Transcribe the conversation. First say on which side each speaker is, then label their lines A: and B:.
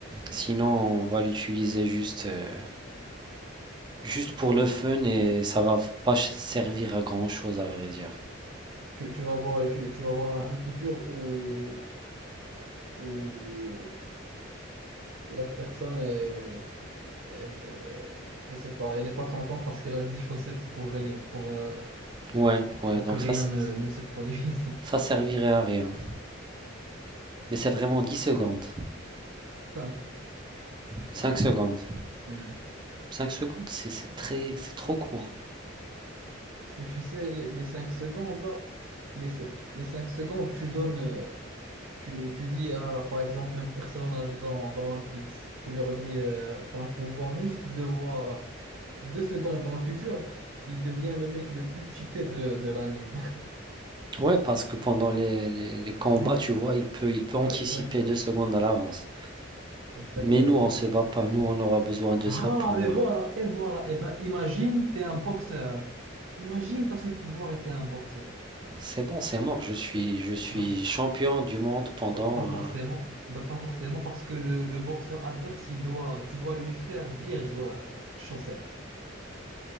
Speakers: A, on the right; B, on the right.
A: Sinon, on va l'utiliser juste, euh, juste pour le fun et ça va pas ch- servir à grand-chose, à vrai dire.
B: tu, tu vas voir le fu- tu vas voir un, un futur où, où, où la personne, est- elle, euh, je sais pas, elle n'est pas contente parce qu'elle a 10 chaussettes pour, ri- pour, euh,
A: Ouais, ouais,
B: pour
A: donc
B: que rien
A: ça, c'est-
B: ne, ne se produise.
A: ça servirait à rien. Mais c'est vraiment 10 secondes,
B: <laughs> Cinq.
A: 5 secondes.
B: Hmm.
A: cinq secondes, c'est c'est très, c'est trop court.
B: Mais tu sais, les, les 5 secondes, là, les, c- les 5 secondes, tu donnes, euh, tu, tu dis à, par exemple, un personnage dans, dans One Piece, tu leur dis, euh, t'as un pouvoir juste de voir 2 secondes dans le futur, il devient le mec le plus cheaté de, de l'anime.
A: Ouais, parce que pendant les, les- les combats,
B: Ouais,
A: tu vois, il peut, il peut
B: ouais,
A: anticiper
B: exactement.
A: deux secondes à l'avance.
B: Exactement.
A: Mais nous, on se bat pas. Nous, on aura besoin de
B: Ah,
A: ça pour.
B: mais
A: euh,
B: voilà, et voilà. Et ben, imagine que tu es un boxeur. Imagine tu as ce pouvoir et tu es un boxeur.
A: C'est bon, c'est mort. Je suis, je suis
B: Ah,
A: champion du monde pendant.
B: pas pas forcément.
A: euh,
B: Bah, pas forcément, parce que le, le boxeur adverse, il doit, tu dois lui faire dire euh, chaussette.